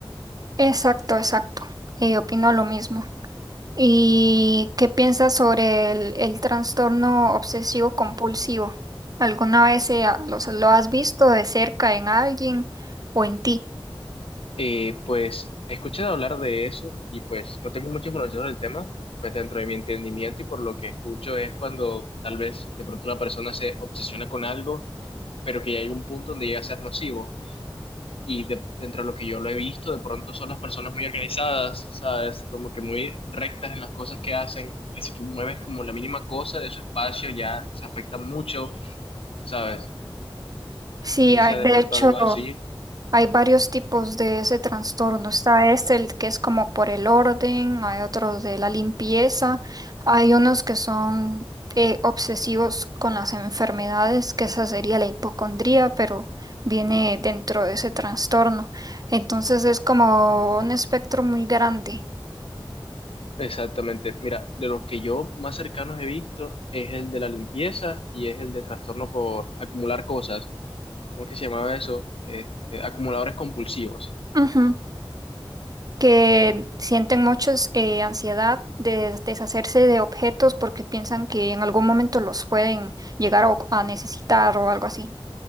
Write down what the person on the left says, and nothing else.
Eh, pues he escuchado hablar de eso y pues no tengo mucha información sobre el tema, pues dentro de mi entendimiento y por lo que escucho es cuando tal vez de pronto una persona se obsesiona con algo, pero que ya hay un punto donde llega a ser nocivo. Y de- dentro de lo que yo lo he visto, de pronto son las personas muy organizadas, ¿sabes? Como que muy rectas en las cosas que hacen, que si tú mueves como la mínima cosa de su espacio ya se afecta mucho, ¿sabes?
No sé
si sea
de pronto
algo así.
Exactamente. Mira, de los que yo más cercanos he visto es el de la limpieza y es el de trastorno por acumular cosas. ¿Cómo es que se llamaba eso? Este, acumuladores compulsivos.